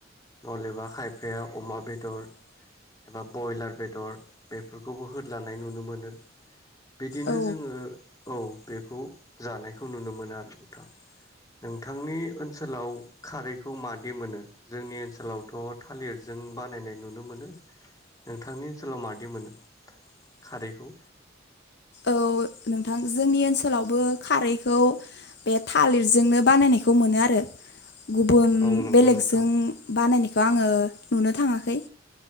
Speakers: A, on the left; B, on the left.
A: नलेबा खायफाया अमा बेदर एबा ब्रयलार बेदर बेफोरखौबो होद्लानाय नुनो मोनो बिदिनो
B: औ
A: जोङो औ बेखौ जानायखौ नुनो मोनो आरो नोंथां‌ नोंथांनि ओनसोलाव खारैखौ मादि मोनो जोंनि ओनसोलावथ' थालिरजों बानायनाय नुनो मोनो नोंथांनि ओनसोलाव माददि होनो खारैखौ
B: औ नोंथां जोंनि ओनसोलावबो खारैखौ बे थालिरजोंनो बानायनायखौ मोनो आरो।
A: <inaudible>
B: गुबुन
A: औ नंगौ
B: बेलेगजों
A: नोंथां
B: बानायनायखौ आङो नुनो थाङाखै।